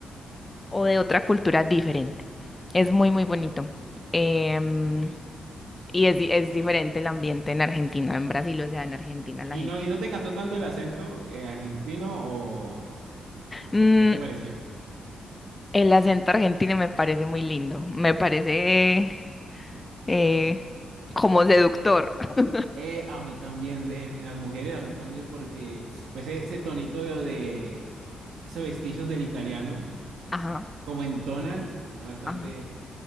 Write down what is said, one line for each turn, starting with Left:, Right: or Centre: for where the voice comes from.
Left: o de otra cultura diferente.
Right: Sí,
Left: Es muy,
Right: sí.
Left: muy bonito. Em,
Right: Ya pues.
Left: y es, di- es diferente el ambiente en Argentina, en Brasil, o sea, en Argentina la
Right: ¿Y
Left: gente.
Right: no, y no te cantó tanto el acento eh, argentino o,
Left: Mm,
Right: o qué te pareció?
Left: el acento argentino me parece muy lindo, me parece eh, como seductor. <laughs>
Right: Eh, a mí también, en, en las mujeres a mí también, porque pues, ese, ese tonito de esos vestigios del italiano,
Left: Ajá,
Right: como entonan, es bastante
Left: ajá,